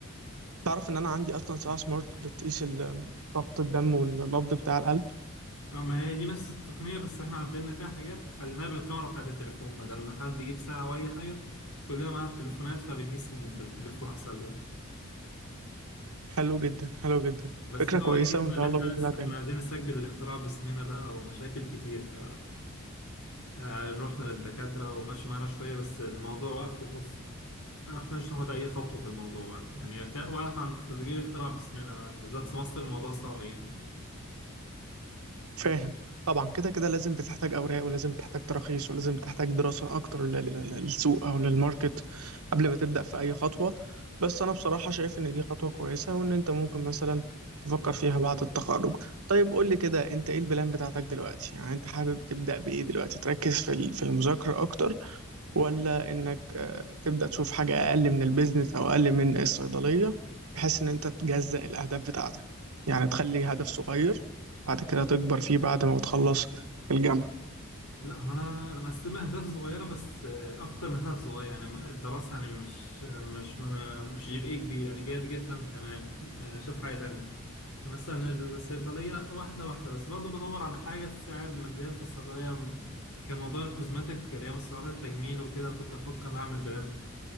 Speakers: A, on the right; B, on the left.
A: تعرف ان انا عندي اصلا ساعة سمارت بتقيس ال- ضغط الدم والنبض بتاع القلب
B: اه ما هي دي نفس التقنية بس احنا عدلنا فيها حاجات خليناها بالكاميرا بتاعت التليفون بدل ما حد يجيب ساعة أو أي حاجة كلنا معانا التليفونات فبنقيس من بالتليفون أحسن لنا
A: حلو جدا حلو جدا
B: بس
A: فكرة
B: ده
A: كويسة
B: واجهتنا
A: وان
B: اللي
A: شاء
B: احنا
A: الله بإذن
B: لسه
A: الله هتنجح
B: كنا عايزين نسجل الاختراع باسمنا بقى ومشاكل كتير ف آه، رحنا للدكاترة ومشوا معانا شوية بس الموضوع وقف في النص ما احناش ناخد أي خطوة في الموضوع بعد كده. يعني تا- واقف عند تسجيل اختراع باسمنا بالذات في مصر الموضوع صعب جامد
A: فاهم طبعا كده كده لازم بتحتاج اوراق ولازم تحتاج تراخيص ولازم تحتاج دراسه اكتر لل- لل- للسوق او للماركت قبل ما تبدا في اي خطوه بس انا بصراحه شايف ان دي خطوه كويسه وان انت ممكن مثلا تفكر فيها بعد التخرج طيب قول لي كده انت ايه البلان بتاعتك دلوقتي يعني انت حابب تبدا بايه دلوقتي تركز في ال- في المذاكره اكتر ولا انك آه، تبدأ تشوف حاجة اقل من البيزنس او اقل من الصيدلية بحيث ان انت تجزأ الاهداف بتاعتك يعني تخلي هدف صغير بعد كده تكبر فيه بعد ما تخلص الجامعة
B: لا هو انا انا مقسمها اهداف صغيره بس آه، اكتر من هدف صغير يعني الدراسه يعني مش آه، مش مش جيب ايه كبير يعني جيد جدا تمام آه، شوف حاجه تانية يعني مثلا الصيدليه واحده واحده بس برضو بدور على حاجه تساعد ماديا في الصيدليه كان موضوع الكوزماتيك اللي هي مستحضرات التجميل وكده كنت افكر اعمل براند